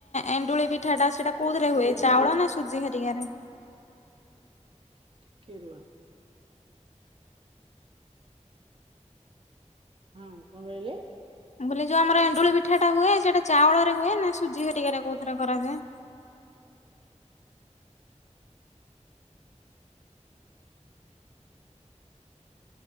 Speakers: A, on the left (about 65°); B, on the right (about 45°).
A: ଏଣ୍ଡୁଳି ପିଠା ଟା ସେଇଟା କୋଉଥିରେ ହୁଏ? ଚାଉଳ ନା ସୁଜି ହେରିକାରେ?
B: ଟିକେ ରୁହ। ହଁ କଣ କହିଲେ?
A: ମୁଁ କହିଲି ଯୋଉ ଆମର ଏଣ୍ଡୁଳି ପିଠା ଟା ହୁଏ ସେଇଟା ଚାଉଳରେ ହୁଏ ନା ସୁଜି ହେରିକା ରେ କୋଉଥିରେ କରାଯାଏ।